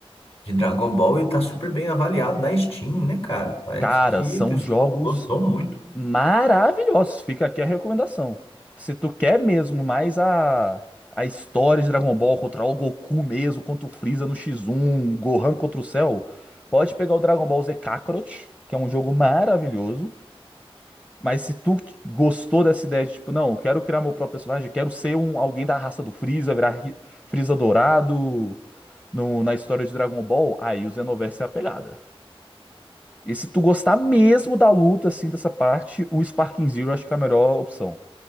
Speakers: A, on the left; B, on the left.
A: de Dragon Ball e tá super bem avaliado na Steam, né, cara? Parece
B: Cara,
A: que
B: são
A: o pessoal
B: jogos
A: gostou muito.
B: maravilhosos. Fica aqui a recomendação. Se tu quer mesmo mais a, a história de Dragon Ball contra o Goku mesmo, contra o Freeza no X1, Gohan contra o Cell, pode pegar o Dragon Ball Z Kakarot, que é um jogo maravilhoso. Mas se tu gostou dessa ideia de, tipo, não, eu quero criar meu próprio personagem, quero ser um, alguém da raça do Freeza, virar Ri- Freeza dourado no- na história de Dragon Ball, aí o Xenoverse é a pegada. E se tu gostar mesmo da luta, assim, dessa parte, o Sparking Zero eu acho que é a melhor opção.